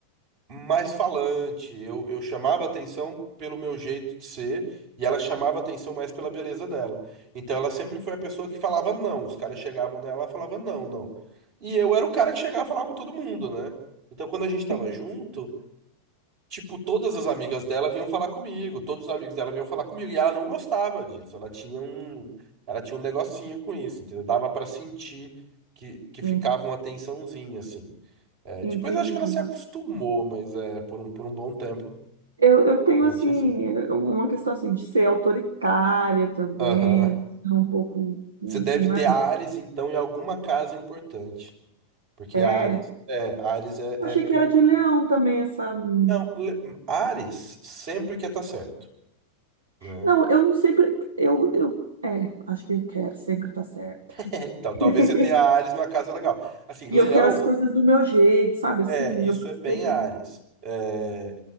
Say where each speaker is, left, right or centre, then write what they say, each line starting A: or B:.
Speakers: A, on the right; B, on the right.
A: mais falante, eu, eu chamava atenção pelo meu jeito de ser e ela chamava atenção mais pela beleza dela. Então, ela sempre foi a pessoa que falava não. Os caras chegavam nela e falavam não, não. E eu era o cara que chegava a falar com todo mundo, né? Então, quando a gente tava
B: Entendi.
A: junto Tipo, todas as amigas dela vinham falar comigo, todos os amigos dela vinham falar comigo, e ela não gostava disso, ela tinha um, ela tinha um negocinho com isso, entendeu? Dava pra sentir que, que
B: Hum,
A: ficava uma tensãozinha, assim. É, depois
B: Entendi.
A: acho que ela se acostumou, mas é, por um, por um bom tempo,
B: Eu, eu tenho,
A: ela
B: assim,
A: tinha assim.
B: uma questão, assim, de ser autoritária também,
A: Aham.
B: ser um pouco, né?
A: Você deve ter Ares, então, em alguma casa importante, porque
B: É,
A: Ares, é, Ares é,
B: eu achei
A: é meio...
B: que era de leão também essa... hum.
A: Não, le- Ares sempre quer estar certo, né?
B: Não, eu não sempre, eu, eu, é, acho que eu quero, sempre estar certa.
A: É, então,
B: <laughs>
A: talvez você tenha Ares numa casa legal. Assim, Leão,
B: E eu quero as coisas do meu jeito, sabe,
A: é,
B: assim,
A: isso
B: eu percebo.
A: é bem Ares. É,